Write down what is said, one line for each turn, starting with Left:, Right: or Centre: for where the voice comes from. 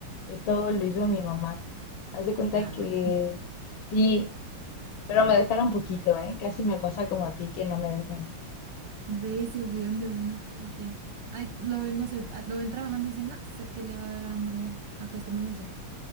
Left: Esto lo hizo mi mamá. Hace cuenta
Right: Ah,
Left: que.
Right: bueno.
Left: Sí, pero me dejaron poquito, ¿eh? Casi me pasa como a ti que no me dejan.
Right: Ve y se olvidan de uno, como que, ay, lo ven, no sé, ah, lo ven trabajando y dicen, no, sé que le va a dar hambre, acostémonos ya.